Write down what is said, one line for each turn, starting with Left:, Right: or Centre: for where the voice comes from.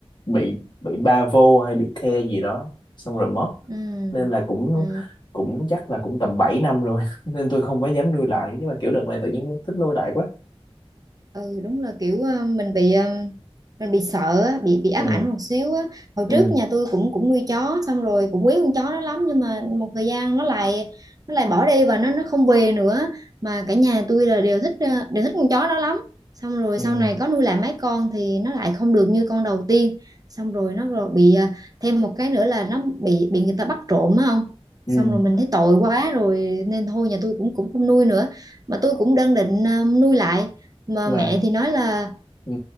Left: bị bị ba vô hay bị the gì đó xong rồi mất
Right: ừ.
Left: nên là cũng
Right: Ừ.
Left: cũng chắc là cũng tầm 7 năm rồi <laughs> nên tôi không có dám nuôi lại nhưng mà kiểu đợt này tự nhiên thích nuôi lại quá
Right: ừ đúng là kiểu ờ, mình bị ờ, mình bị sợ á, bị bị ám
Left: ừ
Right: ảnh một xíu á. Hồi
Left: ừ
Right: trước nhà tôi cũng cũng nuôi chó xong rồi cũng quý con chó đó lắm nhưng mà một thời gian nó lại nó lại bỏ đi và nó nó không về nữa mà cả nhà tôi là đều thích ờ, đều thích con chó đó lắm xong rồi
Left: ừ
Right: sau này có nuôi lại mấy con thì nó lại không được như con đầu tiên xong rồi nó rồi bị ờ, thêm một cái nữa là nó bị bị người ta bắt trộm á không
Left: ừ
Right: xong rồi mình thấy tội quá rồi nên thôi nhà tôi cũng cũng không nuôi nữa mà tôi cũng đang định ờ, nuôi lại mà
Left: mà
Right: mẹ thì nói là
Left: ừ.